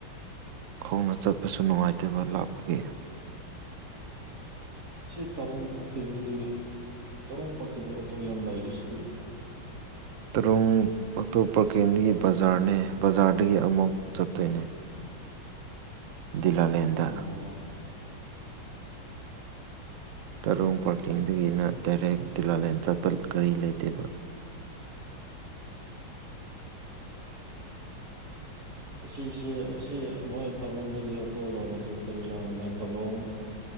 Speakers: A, on the right (about 80°); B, on the right (about 45°).
A: ꯈꯣꯡꯅ ꯆꯠꯄꯁꯨ ꯅꯨꯡꯉꯥꯏꯇꯦꯕ ꯂꯥꯞꯄꯒꯦ
B: ꯁꯤ ꯇꯔꯣꯡ ꯄꯥꯀꯩꯗꯒꯤ ꯇꯔꯣꯡ ꯄꯥꯀꯩꯗ ꯑꯣꯇꯣ ꯌꯥꯝ ꯂꯩꯔꯤꯁꯤꯗꯤ
A: ꯇꯔꯨꯡ ꯄꯇꯣ ꯄ꯭ꯔꯀꯦꯟꯗꯒꯤ ꯕꯖꯥꯔꯅꯦ ꯕꯖꯥꯔꯗꯒꯤ ꯑꯃꯨꯛ ꯆꯠꯇꯣꯏꯅꯦ ꯗꯨꯏꯂꯥꯂꯦꯟꯗ
B: ꯑꯣ
A: ꯇꯔꯣꯡ ꯄꯥꯔꯀꯤꯡꯒꯤꯅ ꯗꯥꯏꯔꯦꯛ ꯗꯨꯏꯤꯂꯥꯂꯦꯟ ꯆꯠꯄ ꯒꯥꯔꯤ ꯂꯩꯇꯦꯕ <inaudible>
B: ꯑꯁꯤꯁꯦ ꯑꯁꯤ ꯃꯣꯏ ꯇꯧꯔꯝꯗꯒꯤ ꯑꯣꯇꯣ ꯂꯧꯔꯗꯤ ꯀꯔꯤꯔꯥ ꯅꯥꯏꯒꯥꯏꯂꯣꯡ